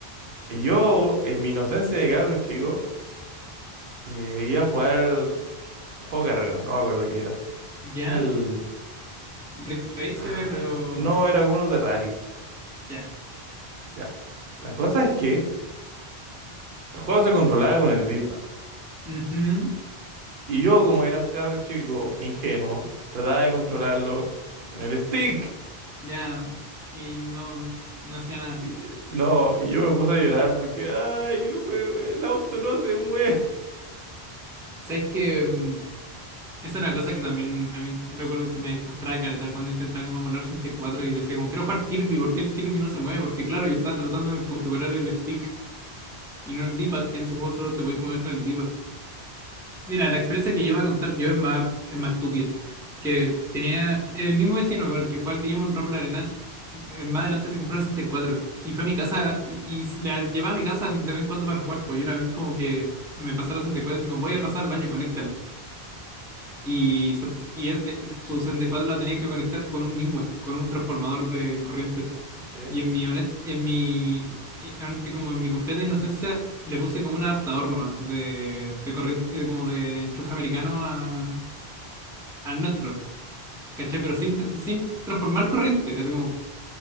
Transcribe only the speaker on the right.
Y yo, en mi inocencia de cabro chico, eh, iba a jugar un juego de carrera, no me acuerdo qué era.
Era el...
Ah,
no, era uno de rally.
Ya. La cosa es que el juego se controlaba con el D-pad.
Y yo, como era un cabro chico ingenuo, trataba de controlarlo con el stick.
Y, eh, no, y yo me puse a llorar porque, ay, el juego, el auto no se mueve.
<laughs> Sí,